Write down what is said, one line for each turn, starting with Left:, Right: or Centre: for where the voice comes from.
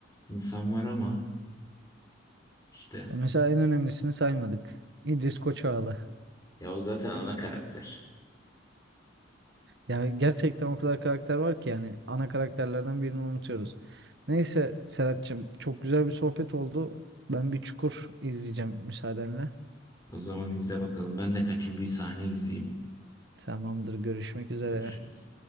Left: insan var ama işte
Right: Mesela en önemlisini saymadık. İdris Koçoğlu.
Left: ya o zaten ana karakter.
Right: Ya gerçekten o kadar karakter var ki yani ana karakterlerden birini unutuyoruz. Neyse Serhat'cığım çok güzel bir sohbet oldu. Ben bir Çukur izleyeceğim müsaadenle.
Left: O zaman izle bakalım. Ben de kaçın bir sahne izleyeyim.
Right: Tamamdır, görüşmek üzere.
Left: Görüşürüz.